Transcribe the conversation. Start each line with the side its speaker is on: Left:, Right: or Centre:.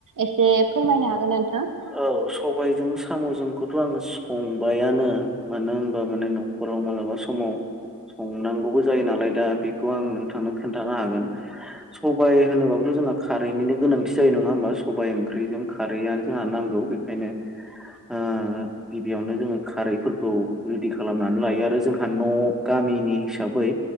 Right: एसे फोरमायनो हागोन नोंथां।
Centre: औ सबायजों साम'जोंखौथ' आङो संबायानो मानो होनबा माने न'खराव मालाबा समाव संनांगौबो जायो नालाय दा बे खौ आं नोंथांनो खोन्थानो हागोन सबाय होनोब्लाथ' जों खारैनिनो गोनांथि जायो नङा होमबा सबाय ओंख्रिजों खारैआनो जोंहा नांगौ बेखायनो ओ गिबियावनो जोङो खारैफोरखौ रेडि खालामनानै लायो आरो जोंहा न' गा- गामिनि हिसाबै